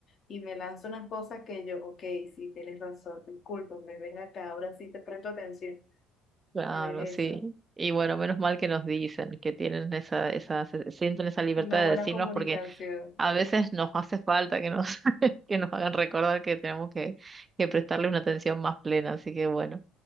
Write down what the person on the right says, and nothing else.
Claro,
sí.
Y bueno, menos mal que nos dicen que tienen esa, esa, se- sienten esa libertad
de decirnos
porque a veces nos hace falta que nos, <laughs> que nos hagan recordar que tenemos que, que prestarle una atención más plena. Así que bueno,